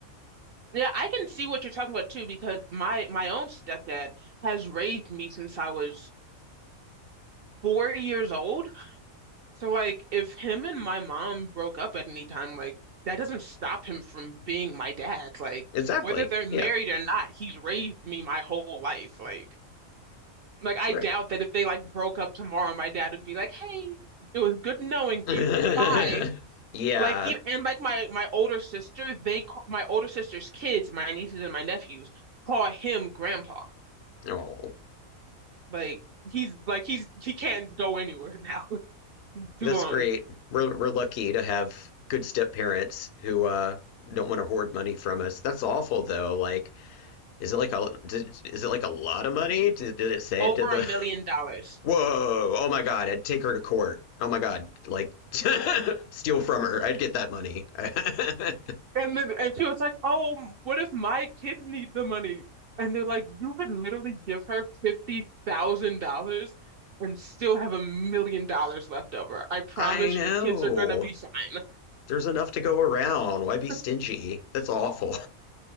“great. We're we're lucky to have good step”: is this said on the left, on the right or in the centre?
Left